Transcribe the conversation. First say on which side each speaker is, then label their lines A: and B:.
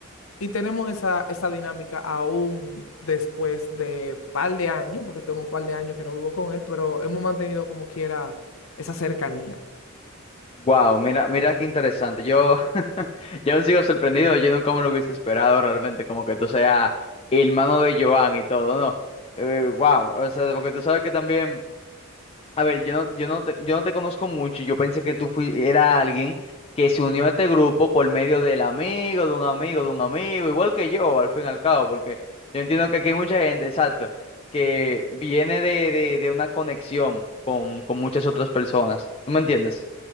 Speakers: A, on the left (about 75°); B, on the left (about 25°).
A: Y tenemos esa, esa dinámica aún después de par de años, porque tengo un par de años que no vivo con él, pero hemos mantenido como quiera esa cercanía.
B: Wow, mira, mira qué interesante. Yo, <laughs> yo aún sigo sorprendido. Yo nunca me lo hubiese esperado realmente, como que tú seas hermano de Joan y todo, ¿no? wow, o sea, porque tú sabes que también. A ver, yo no, yo no te, yo no te conozco mucho. y Yo pensé que tú fui, era alguien que se unió a este grupo por medio del amigo, de un amigo, de un amigo, igual que yo, al fin y al cabo, porque yo entiendo que aquí hay mucha gente, exacto, que viene de, de, de una conexión con, con muchas otras personas. ¿Tú me entiendes?